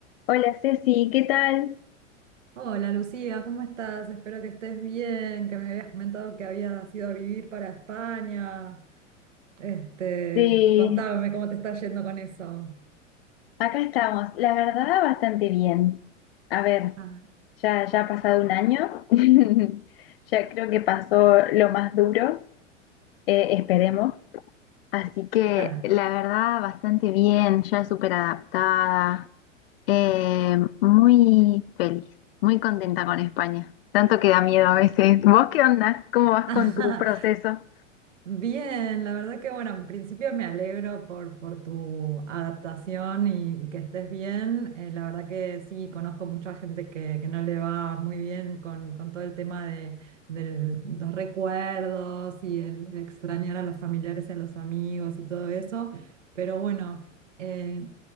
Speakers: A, on the left (about 50°); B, on the right (about 70°).
A: Hola Ceci, ¿qué tal?
B: Hola Lucía, ¿cómo estás? Espero que estés bien, que me habías comentado que habías ido a vivir para España. Este,
A: Eh,
B: contame cómo te está yendo con eso.
A: acá estamos, la verdad bastante bien. A ver,
B: Ah,
A: ya, ya ha pasado un año, <laughs> ya creo que pasó lo más duro, eh, esperemos. Así que
B: claro.
A: la verdad bastante bien, ya súper adaptada, eh, muy feliz, muy contenta con España. Tanto que da miedo a veces. ¿Vos qué onda? ¿Cómo vas
B: <laughs>
A: con tu proceso?
B: Bien, la verdad que bueno, en principio me alegro por, por tu adaptación y, y que estés bien. Eh, la verdad que sí, conozco mucha gente que, que no le va muy bien con, con todo el tema de, de los recuerdos y el extrañar a los familiares y a los amigos y todo eso. Pero bueno, eh,